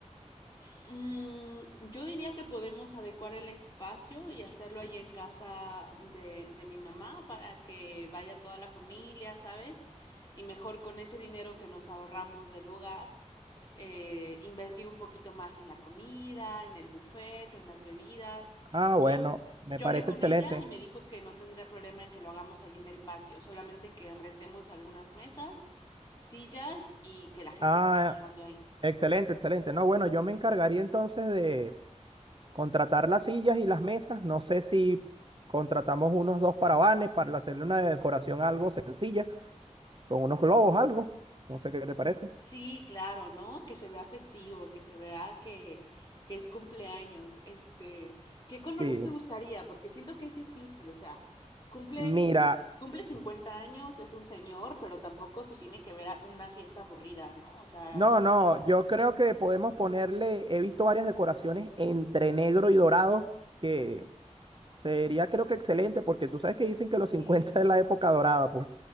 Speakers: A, on the left; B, on the right.
A: Mm, yo diría que podemos adecuar el espacio y hacerlo allí en casa de, de mi mamá para que vaya toda la familia, ¿sabes? Y mejor con ese dinero que nos ahorramos del lugar, eh, invertir un poquito más en la comida, en el buffet, en las bebidas.
B: Ah,
A: Yo,
B: bueno, me
A: yo
B: parece
A: hablé con
B: excelente.
A: ella y me dijo que no tendría problema en que lo hagamos allí en el patio, solamente que rentemos algunas mesas, sillas y que la gente
B: Ah,
A: vaya llegando ahí.
B: excelente, excelente. No, bueno, yo me encargaría entonces de Contratar las sillas y las mesas. No sé si contratamos unos dos parabanes para hacerle una decoración algo sencilla, con unos globos, algo. No sé qué te parece.
A: Sí, claro, ¿no? Que se vea festivo, que se vea que, que es cumpleaños. Este, ¿qué colores
B: Sí.
A: te gustaría? Porque siento que es difícil, o sea, cumple,
B: Mira,
A: cumple, cumple 50 años, es un señor, pero tampoco se tiene que ver a una fiesta aburrida, ¿no? O sea,
B: no, no,
A: ¿qué piensas?
B: yo creo que podemos ponerle, he visto varias decoraciones entre negro y dorado, que sería creo que excelente, porque tú sabes que dicen que los cincuenta
A: Sí.
B: es la época dorada, pues.